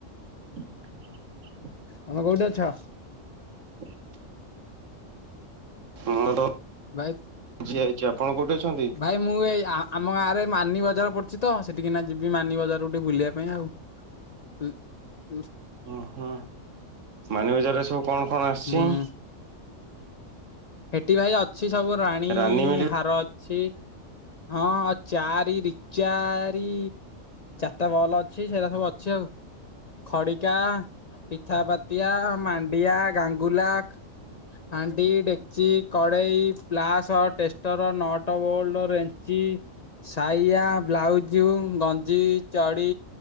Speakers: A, on the right (about 70°); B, on the left (about 60°).
A: <unintelligible>
B: ତମେ କୋଉଠି ଅଛ।
A: <inaudible> ହଁ <unintelligible>
B: ଭାଇ
A: ଆପଣ କୋଉଠି ଅଛନ୍ତି?
B: ଭାଇ ମୁଁ ଏଇ ଆମ ଗାଁରେ ମାନି ବଜାର ପଡୁଛି ତ ସେଠିକିନା ଯିବି ମାନି ବଜାରକୁ ଟିକେ ବୁଲିବା ପାଇଁ ଆଉ। ହୁଁ।
A: ଓହୋ ମାନି ବଜାରରେ ସବୁ କଣ କଣ
B: ହୁଁ
A: ଆସିଛି?
B: ହେଠି ଭାଇ ଅଛି ସବୁ ରାଣୀ
A: ରାନୀ ମିଳି
B: ହାର ଅଛି ହଁ ଚାରି ର ଚାରି ଚାରି ଭଲ ଅଛି ସେଇଟା ସବୁ ଅଛି ଆଉ ଖଡିକା ପିଠାପ ଟିଆ ମାଣ୍ଡିଆ ଗାଙ୍ଗୁଲା ହାଣ୍ଡି ଡେକ୍ଚି କଡେଇ ପ୍ଲାସ ଟେଷ୍ଟର ନଅଟ ବୋଲଡ ରେ୍ଜ ସାଇଆ ବ୍ଲାଉଜ ଗଞ୍ଜି ଚଡି